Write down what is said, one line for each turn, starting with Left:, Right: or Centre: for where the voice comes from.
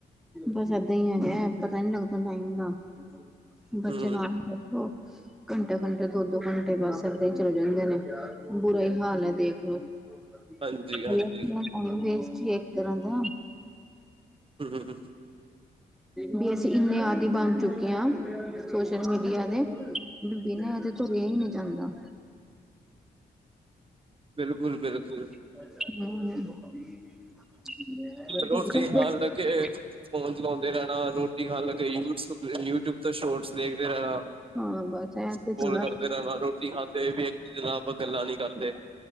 Centre: ਬਸ ਏਦਾਂ ਹੀ ਏ, ਪਤਾ ਨੀ ਲੱਗਦਾ ਟਾਈਮ ਦਾ, ਬੱਚੇ
Right: ਹਮ
Centre: ਨਾਲ ਰਖੋ ਘੰਟੇ, ਘੰਟੇ ਦੋ, ਦੋ ਘੰਟੇ ਬਸ ਇੱਦਾਂ ਹੀ ਚਲੇ ਜਾਂਦੇ ਨੇ, ਬੁਰਾ ਹੀ ਹਾਲ ਹੈ ਦੇਖ ਲੋ। ਹੋਰ
Right: ਹਾਂਜੀ ਹਾਂਜੀ
Centre: ਟਾਈਮ ਵੇਸਟ ਹੀ ਇੱਕ ਤਰ੍ਹਾਂ ਦਾ।
Right: ਹੂੰ।
Centre: ਵੀ ਅਸੀਂ ਇੰਨੇ ਆਦੀ ਬਣ ਚੁੱਕੇ ਆ ਸੋਸ਼ਲ ਮੀਡੀਆ ਦੇ, ਬਿਨਾਂ ਏਦੇ ਤੋਂ ਤੁਰਿਆ ਨੀ ਜਾਂਦਾ।
Right: ਬਿਲਕੁਲ -ਬਿਲਕੁਲ।
Centre: ਹੂੰ।
Right: ਰੋਟੀ ਖਾਣ ਲੱਗੇ ਫੋਨ ਚਲਾਉਂਦੇ ਰਹਿਣਾ, ਰੋਟੀ ਖਾਣ ਲੱਗੇ ਯੂਸ ਯੂਟਿਊਬ ਤੋਂ ਸ਼ੋਰਟਸ ਦੇਖਦੇ ਰਹਿਣਾ।
Centre: ਹਾਂ ਬਸ ਆ
Right: ਸਕਰੋਲ
Centre: ਤੇ ਪੂਰਾ
Right: ਕਰਦੇ ਰਹਿਣਾ ਰੋਟੀ ਖਾਂਦੇ ਵੀ ਇੱਕ ਦੂਜੇ ਨਾਲ ਆਪਾਂ ਗੱਲਾਂ ਨੀ ਕਰਦੇ